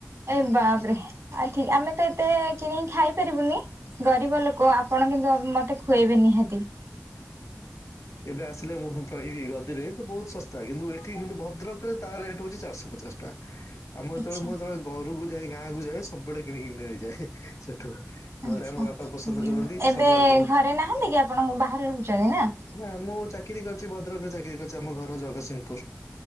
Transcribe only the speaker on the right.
ଏ ବାପରେ ଆ ଠି ଆମେ ତ ଏତେ କିଣିକି ଖାଇପାରିବୁନି। ଗରିବ ଲୋକ ଆପଣ କିନ୍ତୁ ମତେ ଖୁଏଇବେ ନିହାତି।
ଆଛା
ଆଚ୍ଛା
ଉଁ
ଏବେ
ଘରେ ନାହାନ୍ତି କି ଆପଣ ବାହାରେ ରହୁଚନ୍ତି ନାଁ?